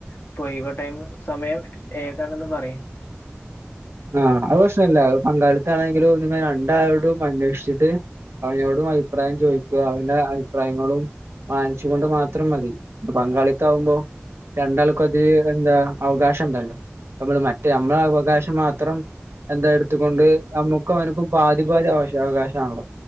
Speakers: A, on the left; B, on the right.
A: ഇപ്പൊ ഇവടേം സമയം ഏതാണെന്ന് പറയു
B: ആ അത് പ്രശ്ണല്ല പങ്കാളത്താണെങ്കിലും രണ്ടാളോടും അന്വേഷിച്ചിട്ട് അവനോടും അഭി പ്രായം ചോദിക്കുക അവന്റെ അ അഭിപ്രയങ്ങളും മാനിച്ചു കൊണ്ട് മാത്രം മതി ബംഗാളിത്ത ആകുമ്പോ രണ്ടാൾ ക്കതി എന്ത അവകാശം ഇണ്ടല്ലോ നമ്മള് മറ്റേ നമ്മളെ അവകാശ മാ അത്രം എന്താ എടുത്തുകൊണ്ട് നമ്മുക്കും അവനക്കും പാതിപാതി അവ അവകാശ ആണല്ലോ